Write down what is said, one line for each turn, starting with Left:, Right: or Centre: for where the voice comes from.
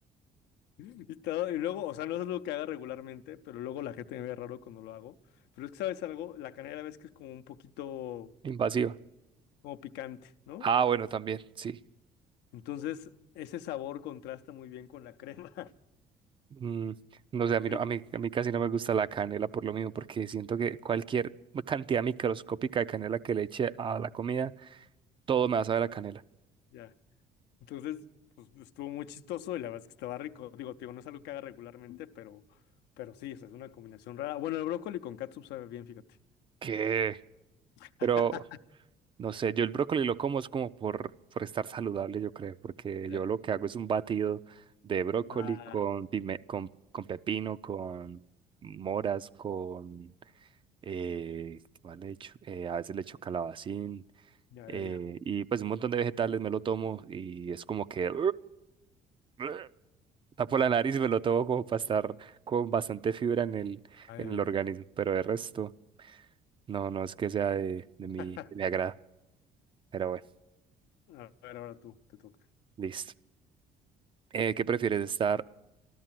Left: <laughs> Y todo, y luego, o sea, no es algo que haga regularmente, pero luego la gente me ve raro cuando lo hago. Pero es que, ¿sabes algo? La canela ves que es como un poquito, o
Right: Invasiva.
Left: sea, como picante, ¿no?
Right: Ah, bueno, también, sí.
Left: Entonces, ese sabor contrasta muy bien con la crema <laughs>
Right: Mm, no
Left: y
Right: sé,
Left: el
Right: a mí,
Left: frito.
Right: no- a mí, a mí casi no me gusta la canela por lo mismo, porque siento que cualquier cantidad microscópica de canela que le eche a la comida, todo me va a saber a canela.
Left: Ya. Entonces, pues estuvo muy chistoso y la verdad es que estaba rico. Digo, digo, no es algo que haga regularmente, pero, pero sí, o sea, es una combinación rara. Bueno, el brócoli con catsup sabe bien, fíjate.
Right: ¿Qué?
Left: <laughs>
Right: Pero, no sé, yo el brócoli lo como es como por, por estar saludable, yo creo, porque
Left: Ya.
Right: yo lo que hago es un batido de brócoli
Left: Ah,
Right: con, pime- con, con pepino, con moras, con eh, ¿qué más le echo? Eh, a veces le echo calabacín
Left: ya,
Right: eh,
Left: ya, ya.
Right: y pues un montón de vegetales me lo tomo y es como que <laughs> tapo la nariz y me lo tomo como para estar con bastante fibra en el,
Left: Ay,
Right: en
Left: ay,
Right: el organismo,
Left: ay.
Right: pero de resto no, no es que sea de, de
Left: <laughs>
Right: mi, de mi agrado, pero bueno,
Left: A ver, ahora tú, te toca.
Right: listo. Eh, ¿qué prefieres? ¿Estar